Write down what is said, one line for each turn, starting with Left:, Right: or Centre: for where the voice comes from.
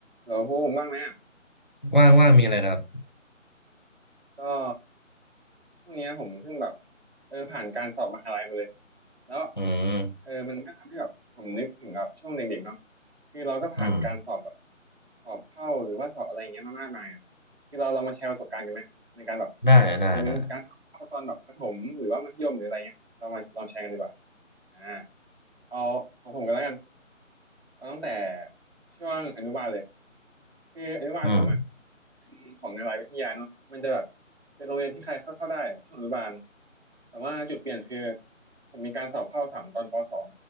Right: เออพูดผมบ้างไหมอ่ะ
Left: ว่างว่างมีอะไรนะครับ
Right: ก็ช่วงเนี้ยผมเพิ่งแบบเออผ่านการสอบมหาลัยมาเลยแล้ว
Left: อืม
Right: เออมันก็ทำให้แบบผมนึกถึงแบบช่วงเด็กๆเนาะคือเราก็ผ่านการสอบแบบ
Left: อืม
Right: สอบเข้าหรือว่าสอบอะไรอย่างเงี้ยมามากมายอ่ะคือเราลองมาแชร์ประสบการณ์กันไหมในการแบบ
Left: ได้ ได้ได้
Right: อาจจะเป็นการสอบเข้าตอนแบบประถมหรือว่ามัธยมหรืออะไรเงี้ยเรามาลองแชร์กันดีกว่าอ่าเอาของผมกันแล้วกัน เอาตั้งแต่ช่วงอนุบาลเลยคืออนุบาลผมอ่ะ
Left: อืม
Right: ของนารายวิทยาเนาะมันจะแบบเป็นโรงเรียนที่ใครเข้าเข้าได้ช่วงอนุบาลแต่ว่าจุดเปลี่ยนคือผมมีการสอบเข้าสามตอนปสอง